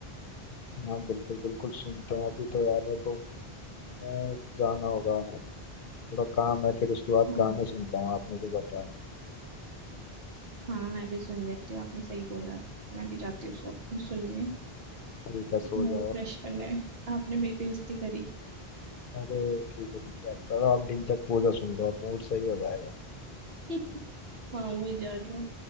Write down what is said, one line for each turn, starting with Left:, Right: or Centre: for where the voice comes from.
Left: हाँ बिल्कुल बिल्कुल सुनते हैं अभी तो यार मेरे को अ, जाना होगा थोड़ा काम है फिर उसके बाद
Right: हम्म
Left: गाने सुनता हूँ आपने भी बताया
Right: हाँ मैं भी सुन लेती हूँ आपने सही बोला मैं भी जाती हूँ सु- सुनने
Left: ठीक है सो
Right: मूड
Left: जाओ
Right: फ्रेश करना है आपने मेरी बेइज्जती करी
Left: अरे ठीक है ठीक है चलो आप दिन तक पूजा सुन लो आप मूड सही हो जाएगा
Right: <laughs> हाँ वही जा रही हूँ